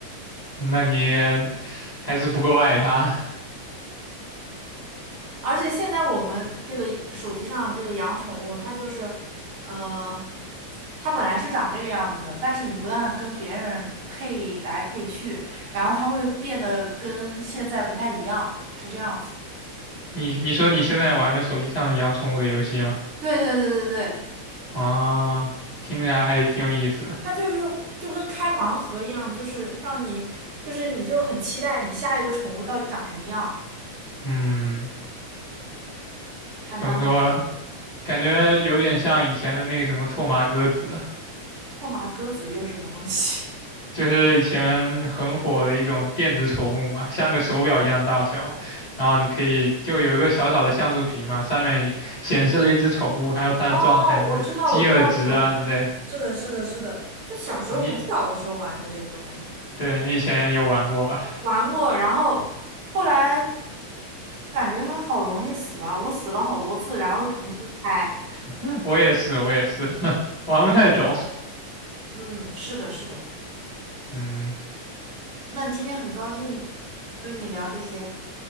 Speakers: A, on the left; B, on the right.
A: 那你还是不够爱它。
B: 而且现在我们这个手机上这个养宠物，它就是，呃，它本来是长这个样子的，但是你不但跟别人配来配去，然后它会变得跟现在不太一样，是这样子的。
A: 你你说你现在玩的手机上的养宠物的游戏吗？
B: 对对对对对，
A: 啊，听起来还是挺有意思的。
B: 它就是就跟开盲盒一样，就是让你就是你就很期待你下一个宠物到底长什么样，
A: 嗯，
B: 还蛮好玩的。
A: 怎么说？感觉有点像以前的那个什么拓麻歌子，
B: 拓麻鸽子又是什么东西？
A: 就是以前很火的一种电子宠物嘛，像个手表一样大小，然后你可以就有一个小小的像素屏嘛，上面一显示了一只宠物，还有它的状态，
B: <laughs> 哦，
A: 什么饥饿值啊之类的。
B: 我知道，我知道这种，是的，是的，是的，就小时候很小的时候玩的这个，
A: 就你
B: 我感觉，
A: 对你以前有玩过吧？
B: 玩过，然后后来感觉它好容易死啊，我死了好多次，然后重新开。
A: <laughs> 我也是，我也是，<laughs> 玩不太懂。
B: 嗯，是的，是的，
A: 嗯
B: 那今天很高兴跟你聊这些。